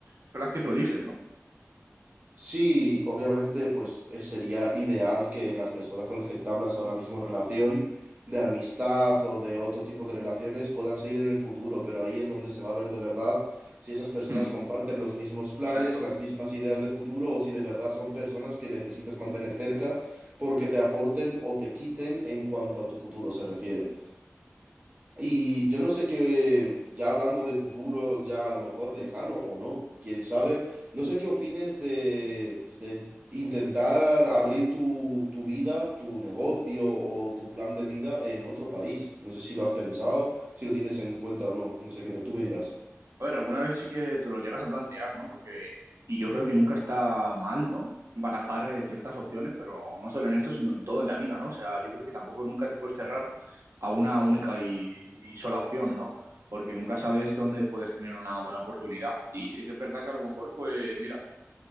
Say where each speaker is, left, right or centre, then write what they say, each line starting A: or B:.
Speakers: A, on the right; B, on the right.
A: son las que tú eliges, ¿no?
B: Sí, obviamente, pues eh, sería ideal que las personas con las que entablas ahora mismo relación de amistad o de otro tipo de relaciones puedan seguir en el futuro, pero ahí es donde se va a ver de verdad si esas personas
A: Mm,
B: comparten los mismos planes,
A: exacto.
B: las mismas ideas de futuro o si de verdad son personas que necesitas mantener cerca porque te aporten o te quiten en cuanto a tu futuro se refiere. Y yo no sé qué, ya hablando de futuro, ya a lo mejor lejano o no, quién sabe, no sé qué opines de, pues, de intentar abrir tu, tu vida, tu negocio o tu plan de vida en otro país. No sé si lo has pensado, si lo tienes en cuenta o no, no sé qué me, tú me dirás.
A: A ver, alguna vez sí que te lo llegas a plantear, ¿no? Porque, y yo creo que nunca está mal, ¿no? Barajar eh, ciertas opciones, pero no solo en esto, sino en todo en la vida, ¿no? O sea, yo creo que tampoco nunca te puedes cerrar a una única y, y sola opción, ¿no? Porque nunca sabes dónde puedes tener una buena oportunidad. Y sí que es verdad que a lo mejor, pues, mira,